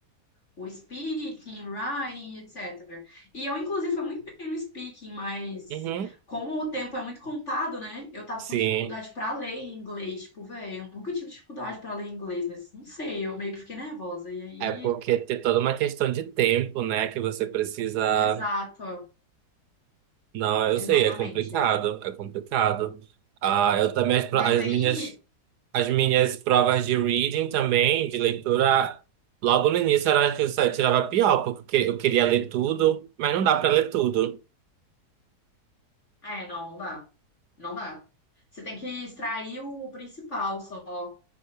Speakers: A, on the left (about 45°); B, on the right (about 80°).
A: o speaking, writing, etc. E eu, inclusive, fui muito bem no speaking, mas
B: Uhum.
A: como o tempo é muito contado, né? Eu tava
B: Sim.
A: com dificuldade pra ler em inglês. Tipo, velho, eu nunca tive dificuldade pra ler em inglês, mas não sei, eu meio que fiquei nervosa. E aí.
B: É porque tem toda uma questão de tempo, né? Que você precisa.
A: Exato,
B: Não, eu
A: exatamente.
B: sei, é complicado. É complicado. Ah, eu também, as, pro-
A: Mas
B: as
A: aí.
B: minhas, as minhas provas de reading também, de leitura, logo no início era que eu só tirava pior, porque eu queria ler tudo, mas não dá pra ler tudo.
A: É, não, não dá. Não dá. Você tem que extrair o principal só.